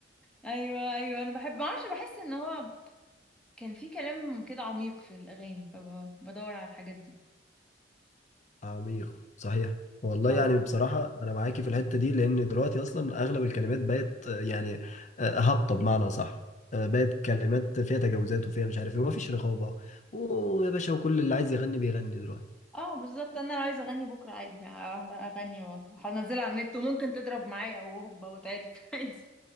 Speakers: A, in the centre; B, on the left.
A: ايوه ايوه انا بحب ما اعرفش بحس ان هو كان في كلام كده عميق في الاغاني فبدور على الحاجات دي
B: عميق صحيح والله
A: اه
B: يعني بصراحة أنا معاكي في الحتة دي لأن دلوقتي أصلا أغلب الكلمات بقت آه، يعني آه، هابطة بمعنى صح آه، بقت كلمات فيها تجاوزات وفيها مش عارف إيه ومفيش رقابة ويا باشا وكل اللي عايز يغني بيغني دلوقتي
A: اه بالظبط انا لو عايزه اغني بكره عادي ه- اغني وهنزلها على النت وممكن تضرب معايا وهوبا وتعرف <laughs> عادي